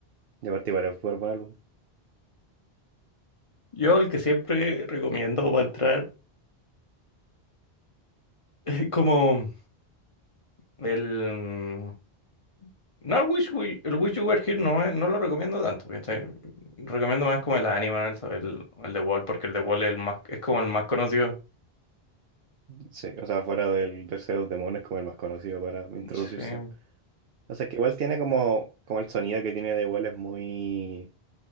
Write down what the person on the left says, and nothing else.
yo el que siempre recomiendo para entrar <laughs> es como el. No, el Wish, We- el Wish You Were Here no, es- no lo recomiendo tanto, ¿cachai? Recomiendo más como el Animal, ¿sabes? el, el The Wall, porque el The Wall es, el más, es como el más conocido.
Sí,